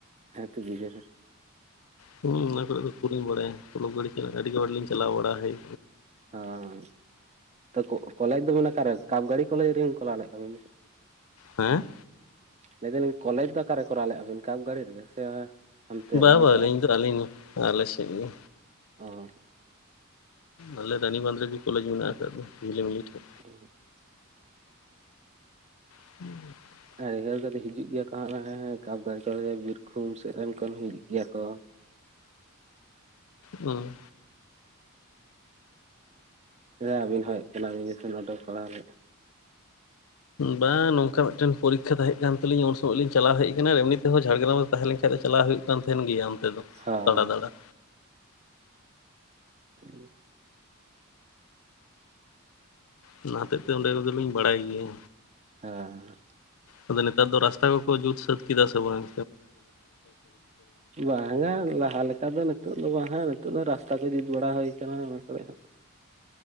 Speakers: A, on the right; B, on the left.
A: ᱦᱮᱸ ᱴᱷᱤᱠ ᱜᱮᱭᱟ
B: ᱦᱮᱸ ᱚᱱᱟ ᱠᱚᱨᱮ ᱫᱚ ᱠᱷᱩᱵ ᱞᱤᱧ ᱵᱟᱲᱟᱭᱟ <inaudible> ᱜᱟᱹᱰᱤ ᱪᱟᱞᱟᱜ ᱟᱹᱰᱤ ᱵᱟᱨ ᱞᱤᱧ ᱪᱟᱞᱟᱣ ᱵᱟᱲᱟ ᱦᱮᱡ
A: ᱦᱚᱸ ᱛᱚ ᱠᱚᱠ ᱠᱚᱞᱮᱡᱽ ᱫᱚᱵᱮᱱ ᱚᱠᱟᱨᱮ ᱠᱟᱯᱜᱟᱲᱤ ᱠᱚᱞᱮᱡᱽ ᱨᱮ ᱠᱚᱨᱟᱣ ᱞᱮᱫ ᱠᱟᱵᱤᱱᱟ
B: ᱦᱮᱸ
A: ᱞᱟᱹᱭ ᱫᱟᱞᱤᱧ ᱠᱚᱞᱮᱡᱽ ᱫᱚ ᱚᱠᱟᱨᱮ ᱠᱚᱨᱟᱣ ᱞᱮᱜ-ᱟ ᱵᱤᱱ ᱠᱟᱯ ᱜᱟᱹᱲᱤ ᱨᱮᱜᱮ ᱥᱮ ᱦᱟᱱᱛᱮ
B: ᱵᱟ
A: ᱤᱭᱟᱹ
B: ᱵᱟ
A: ᱥᱮᱫ
B: ᱟᱞᱤᱧ ᱫᱚ ᱟᱞᱤᱧ ᱟᱞᱮ ᱥᱮᱫ ᱜᱮ
A: ᱚᱸ
B: ᱟᱞᱮ ᱨᱟᱱᱤ ᱵᱟᱸᱫᱷ ᱨᱮ ᱜᱮ ᱠᱚᱞᱮᱡᱽ ᱢᱮᱱᱟᱜ ᱟᱠᱟᱫ ᱫᱚ ᱜᱤᱢᱞᱤ ᱴᱷᱮᱜ
A: <unintelligible>
B: <inaudible>
A: ᱦᱮ ᱩᱭᱦᱟᱹ ᱞᱮᱫᱟᱧ ᱦᱤᱡᱩᱜ ᱜᱮᱭᱟ ᱠᱚ ᱮᱸᱻ ᱦᱟᱜᱸ ᱠᱟᱯᱜᱟᱰᱤ ᱵᱤᱨᱵᱷᱩᱢ ᱥᱮᱫ ᱨᱮᱱ ᱠᱷᱚᱱ ᱦᱤᱡᱩᱜ ᱜᱮᱭᱟ ᱠᱚ
B: ᱩᱸ
A: ᱟᱵᱤᱱ ᱦᱚᱸ ᱦᱮᱡ ᱠᱟᱱᱟᱵᱤᱱᱠᱷᱚᱱ <inaudible> ᱚᱰᱚᱠ ᱠᱚᱨᱟᱣ ᱞᱮᱫ
B: ᱵᱟᱝ ᱱᱚᱝᱠᱟ ᱢᱤᱫᱴᱮᱱ ᱯᱚᱨᱤᱠᱷᱟ ᱛᱟᱦᱮᱸ ᱠᱟᱱ ᱛᱟᱹᱞᱤᱧ ᱩᱱ ᱥᱚᱢᱚᱭ ᱞᱤᱧ ᱵᱟᱝ ᱱᱚᱝᱠᱟ ᱢᱤᱫᱴᱟᱝ ᱯᱚᱨᱤᱠᱠᱷᱟ ᱛᱟᱦᱮ ᱠᱟᱱ ᱛᱟᱞᱤᱧᱟ ᱩᱱ ᱥᱚᱢᱚᱭ ᱞᱤᱧ ᱪᱟᱞᱟᱣ ᱦᱮᱡ ᱟᱠᱟᱱᱟ ᱮᱢᱱᱤ ᱛᱮᱦᱚᱸ ᱡᱷᱟᱲᱜᱨᱟᱢ ᱨᱮ ᱛᱟᱦᱮᱸ ᱞᱮᱱ ᱠᱷᱟᱱ ᱫᱚ ᱪᱟᱞᱟᱣ ᱦᱩᱭᱩᱜ ᱠᱟᱱ ᱛᱟᱦᱮᱱ ᱜᱮᱭᱟ ᱚᱱᱛᱮ ᱫᱚ
A: ᱦᱟᱸ
B: ᱫᱟᱫᱟᱲᱟ
A: ᱦᱮᱸ <inaudible>
B: ᱚᱱᱟ ᱦᱚᱛᱮᱫ ᱛᱮ ᱚᱸᱰᱮ ᱠᱚᱫᱚ ᱞᱤᱧ ᱵᱟᱲᱟᱭ ᱜᱮᱭᱟ
A: ᱦᱮᱸ
B: ᱛᱚᱵᱮ ᱱᱮᱛᱟᱨ ᱫᱚ ᱨᱟᱥᱛᱟ ᱠᱚᱠᱚ ᱡᱩᱛ ᱥᱟᱹᱛ ᱠᱮᱫᱟ ᱥᱮ-ᱵᱟᱝ
A: ᱵᱟᱝᱟ ᱞᱟᱦᱟ ᱞᱮᱠᱟ ᱫᱚ ᱱᱤᱛ ᱚᱜ ᱫᱚ ᱵᱟᱝ ᱦᱟᱸᱜ ᱱᱤᱛᱚᱜ ᱫᱚ ᱨᱟᱥᱛᱟ ᱜᱮ ᱡᱩᱛ ᱵᱟᱲᱟ ᱦᱩᱭ ᱟᱠᱟᱱᱟ ᱚᱱᱟ ᱠᱚᱨᱮ ᱦᱟᱸᱜ